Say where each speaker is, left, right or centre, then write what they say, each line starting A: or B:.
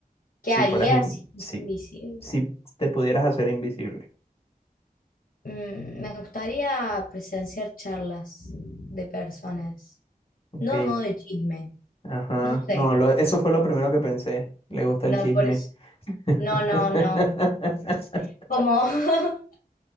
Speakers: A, on the left; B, on the left.
A: ¿Qué
B: si
A: haría
B: fueras in-
A: si fuese
B: sí,
A: invisible?
B: si te pudieras hacer invisible?
A: Mm, me gustaría presenciar charlas de personas,
B: Ok,
A: no a modo de chisme,
B: ajá.
A: no sé.
B: No, lo- eso fue lo primero que pensé. Le gusta
A: No,
B: el chisme.
A: por eso.
B: <laughs>
A: No, no, no. Como, <laughs>